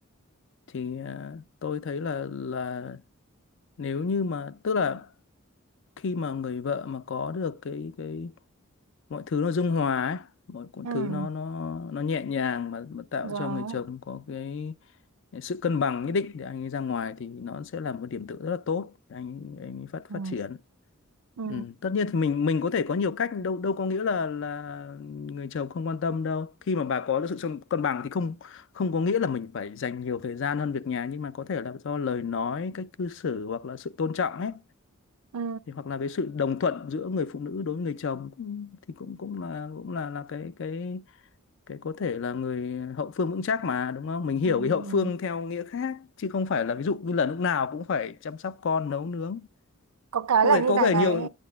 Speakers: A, on the left; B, on the right.
A: thì à, tôi thấy là là nếu như mà tức là khi mà người vợ mà có được cái cái mọi thứ nó dung hòa ấy mọi cuốn
B: ừ
A: thứ nó nó nó nhẹ nhàng mà, mà tạo
B: Rồi.
A: cho người chồng có cái sự cân bằng nhất định để anh ấy ra ngoài thì nó sẽ là một điểm tựa rất là tốt để anh anh ấy phát
B: Ừ.
A: phát triển
B: Ừ.
A: ừ. tất nhiên thì mình mình có thể có nhiều cách đâu đâu có nghĩa là là người chồng không quan tâm đâu khi mà bà có được sự cân cân bằng thì không không có nghĩa là mình phải dành nhiều thời gian hơn việc nhà nhưng mà có thể là do lời nói cách cư xử hoặc là sự tôn trọng ấy
B: Ừ.
A: thì hoặc là cái sự đồng thuận giữa người phụ nữ đối với người chồng cũng, thì cũng cũng là cũng là là cái cái cái có thể là người hậu phương vững chắc mà đúng không mình hiểu
B: Ừ.
A: cái hậu
B: Ừ.
A: phương theo nghĩa khác chứ không phải là ví dụ như là lúc nào cũng phải chăm sóc con nấu nướng
B: Có cái
A: có
B: là
A: thể
B: như
A: có
B: này
A: thể
B: này
A: nhiều